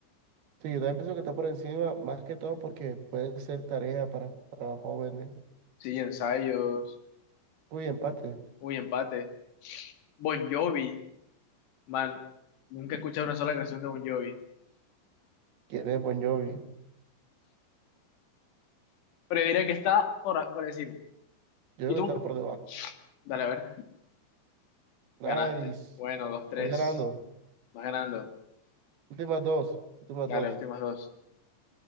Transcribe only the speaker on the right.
Sí, yo también pienso que está por encima, más que todo porque puede ser tarea para, para jóvenes.
Uy, empate.
¿Quién es Bon Jovi? Yo
creo
que
está por debajo.
Nice.
Voy ganando.
Últimas dos. Últimas
dos.